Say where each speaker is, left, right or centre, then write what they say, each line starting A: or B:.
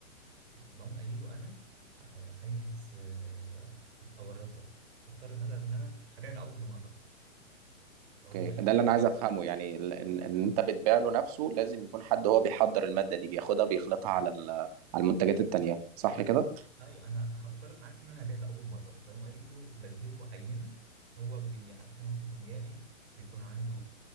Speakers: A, on the right (about 50°); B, on the right (about 30°).
A: بقوم قايل له انا عايز آه، اورد لك بفترض مثلا ان انا هبيع لاول مره
B: اوكي
A: بقول له قايل
B: ده
A: له
B: اللي
A: انا
B: انا عايز
A: جاي
B: افهمه يعني ال- ان ان انت بتبيع له نفسه لازم يكون حد هو بيحضر المادة دي بياخدها بيخلطها على ال- على المنتجات التانية صح
A: ايوه
B: كده
A: ايوه انا هفترض معاك ان انا هبيع له اول مره فاهم قايل له بديله عينه هو بي- بيكون عنده كيميائي بيكون عنده